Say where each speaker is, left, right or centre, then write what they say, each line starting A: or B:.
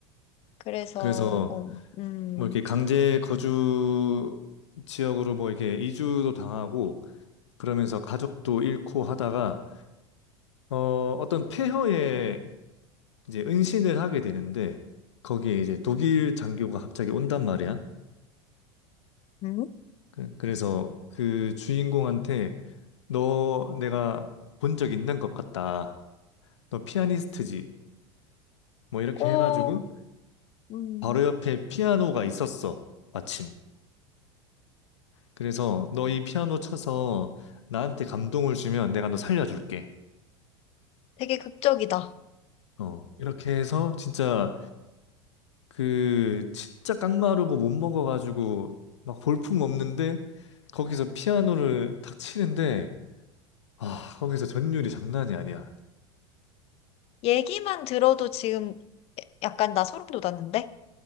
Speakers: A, on the left (about 40°); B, on the left (about 70°).
A: 그래서,
B: 그래서
A: 어, 음,
B: 뭐 이렇게 강제 거주 지역으로 뭐 이렇게 이주도 당하고 그러면서 가족도 잃고 하다가 어, 어떤 폐허에 이제 은신을 하게 되는데 거기에 이제 독일 장교가 갑자기 온단 말이야.
A: 음?
B: 그- 그래서 그 주인공한테 너 내가 본 적 있는 것 같다. 너 피아니스트지? 뭐 이렇게
A: 오,
B: 해가지고
A: 음,
B: 바로 옆에 피아노가 있었어. 마침. 그래서 너 이 피아노 쳐서 나한테 감동을 주면 내가 너 살려줄게.
A: 되게 극적이다.
B: 어. 이렇게 해서 진짜 그 진짜 깡마르고 못 먹어가지고 막 볼품 없는데 거기서 피아노를 탁 치는데 아 거기서 전율이 장난이 아니야.
A: 얘기만 들어도 지금 약간 나 소름 돋았는데?